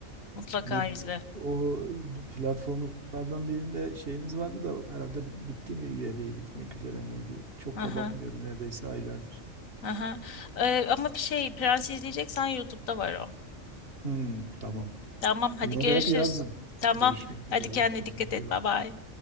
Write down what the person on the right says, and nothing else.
Net
o platformlardan birinde şeyimiz vardı da herhalde bitti mi üyeliği bitmek üzere miydi? Çok
da bakmıyorum neredeyse aylardır.
Hmm, tamam.
Bunları
hep yazdım.
Görüşmek
üzere.
Kendine
iyi bak.